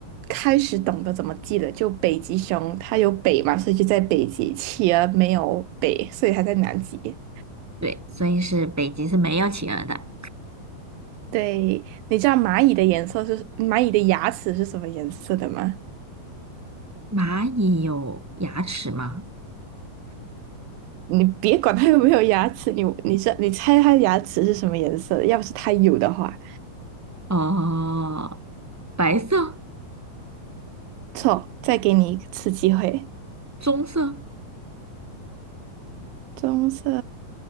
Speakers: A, on the right; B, in the centre.
A: 开始懂得怎么记了。就北极熊，它有北嘛，所以就在北极；企鹅没有北，所以它在南极。
B: 对，所以是北极是没有企鹅的。
A: 对，你知道蚂蚁的颜色是蚂蚁的牙齿是什么颜色的吗？
B: 蚂蚁有牙齿吗？
A: 你别管它有没有牙齿，你你知你猜它牙齿是什么颜色的？要不是它有的话，
B: 哦。白色、
A: 错，再给你一次机会，
B: 棕色、
A: 棕色，